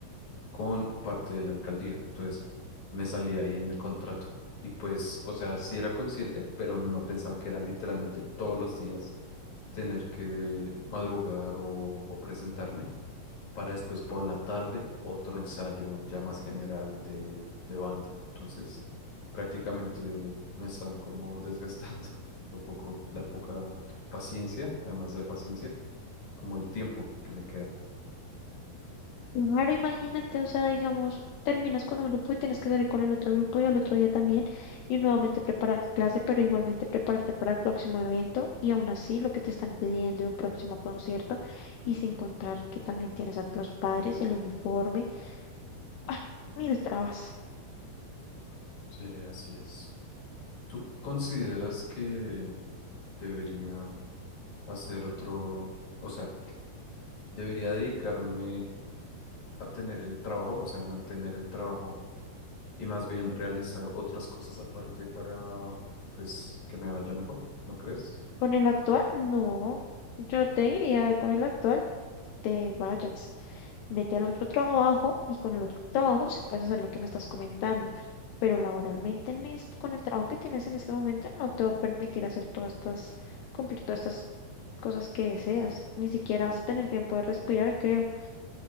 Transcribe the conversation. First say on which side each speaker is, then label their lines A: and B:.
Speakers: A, on the left; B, on the left.
A: con parte de la alcaldía, entonces me salía ahí en el contrato. Y pues, o sea, sí era consciente, pero no pensaba que era literalmente todos los días tener que madrugar o o presentarme para después por la tarde otro ensayo ya más general de, de banda. Entonces, prácticamente me están como desgastando <laughs> lo poco, la poca paciencia, además de paciencia, como el tiempo que me queda.
B: Claro, imagínate, o sea, digamos, terminas con un grupo y tienes que salir con el otro grupo y al otro día también y nuevamente preparar clase, pero igualmente prepararte para el próximo evento y aún así lo que te están pidiendo en un próximo concierto y sin contar que también tienes a los padres, el uniforme, ¡ah! mil trabas.
A: Sí, así es. ¿Tú consideras que debería hacer otro, o sea, debería dedicarme a tener el trabajo, o sea, mantener el trabajo? y más bien realizar otras cosas aparte para, pues, que me vaya mejor, ¿no crees?
B: Con el actual, no, yo te diría, con el actual te vayas. vete al otro trabajo y con el otro trabajo sí puedes hacer lo que me estás comentando. Pero laboralmente en este, con el trabajo que tienes en este momento no te va a permitir hacer todas estas, cumplir todas estas cosas que deseas. Ni siquiera vas a tener tiempo de respirar, creo.